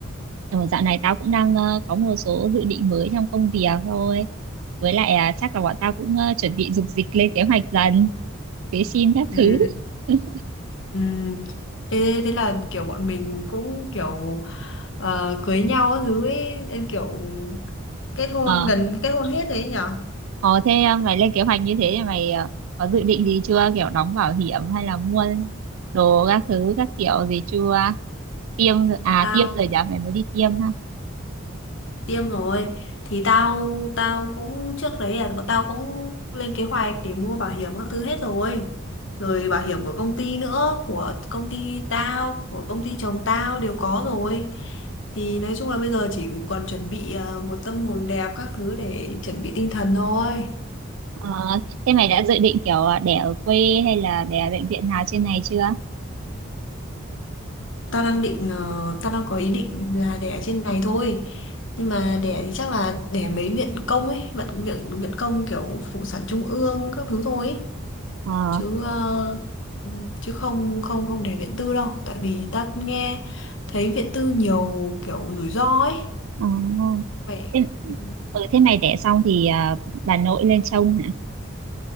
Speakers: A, on the right; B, on the left.
A: ừ, dạo này tao cũng đang ờ, có một số dự định mới trong công việc thôi. Với lại à, chắc là bọn tao cũng ờ, chuẩn bị dục dịch lên kế hoạch dần, vệ sinh các
B: Ừ.
A: thứ. <laughs>
B: Ừ. Thế, thế là kiểu bọn mình cũng kiểu ờ, cưới nhau các thứ ấy, em kiểu kết hôn
A: Ờ.
B: gần kết hôn hết đấy nhở?
A: Ờ thế à, mày lên kế hoạch như thế thì mày à, có dự định gì chưa? Kiểu đóng bảo hiểm hay là mua đồ các thứ các kiểu gì chưa? Tiêm rồi- à
B: Tao
A: tiêm rồi nhá, mày mới đi tiêm ha.
B: tiêm rồi thì tao tao cũng trước đấy là bọn tao cũng lên kế hoạch để mua bảo hiểm các thứ hết rồi rồi bảo hiểm của công ty nữa của công ty tao của công ty chồng tao đều có rồi thì nói chung là bây giờ chỉ còn chuẩn bị à, một tâm hồn đẹp các thứ để chuẩn bị tinh thần thôi
A: Ờ, thế mày đã dự định kiểu à, đẻ ở quê hay là đẻ ở bệnh viện nào trên này chưa?
B: tao đang định ờ, tao đang có ý định là đẻ trên này thôi nhưng mà đẻ thì chắc là đẻ mấy viện công ấy viện viện viện công kiểu phụ sản trung ương các thứ thôi ấy.
A: Ờ,
B: chứ ờ, ừ, chứ không không không để viện tư đâu tại vì ta nghe thấy viện tư nhiều kiểu rủi ro ấy
A: ờ.
B: vậy
A: Thế,
B: ừ,
A: ừ, thế mày đẻ xong thì à, bà nội lên trông hả?